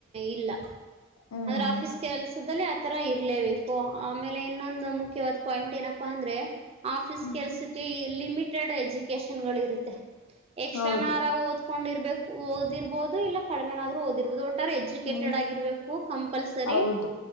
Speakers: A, on the right; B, on the left.
A: ಇಲ್ಲ
B: ಹ್ಮ್
A: ಆದ್ರ ಆಫೀಸ್ ಕೆಲ್ಸದಲ್ಲಿ ಆತರ ಇರಲೇಬೇಕು ಆಮೇಲೆ ಇನ್ನೊಂದು ಮುಖ್ಯವಾದ್ ಪಾಯಿಂಟ್ ಏನಪ್ಪಾ ಅಂದ್ರೆ ಆಫೀಸ್
B: ಹ್ಮ್
A: ಕೆಲಸಕ್ಕೆ ಲಿಮಿಟೆಡ್ ಎಜುಕೇಶನ್ ಗಳು ಇರುತ್ತೆ ಎಕ್ಸ್ಟ್ರನಾಲ್
B: ಹೌದು
A: ಕೊಂಡಿರ್ಬೇಕು ಓದಿರ್ಬೋದು ಇಲ್ಲ ಕಡಿಮೆನಾದ್ರು ಓದಿರ್ಬಹುದು ಒಟ್ಟ ಎಜುಕೇಟೆಡ್
B: ಹ್ಮ್
A: ಆಗಿರ್ಬೇಕು ಕಂಪಲ್ಸರಿ
B: ಹೌದು